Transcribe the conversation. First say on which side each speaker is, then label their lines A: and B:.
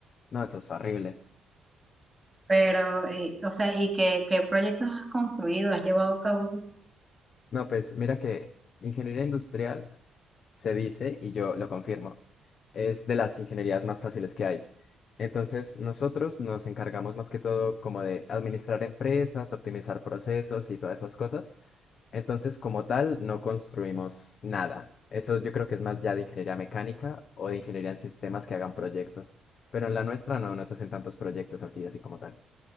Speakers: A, on the left; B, on the right.
A: no, eso es horrible.
B: Pero, eh, o sea, ¿y qué, qué proyectos has construido, has llevado a cabo? tú?
A: No, pues mira que ingeniería industrial se dice, y yo lo confirmo, es de las ingenierías más fáciles que hay. Entonces, nosotros nos encargamos más que todo como de administrar empresas, optimizar procesos y todas esas cosas. Entonces, como tal, no construimos nada. Eso yo creo que es más ya de ingeniería mecánica o de ingeniería en sistemas que hagan proyectos. Pero en la nuestra no nos hacen tantos proyectos así, así como tal.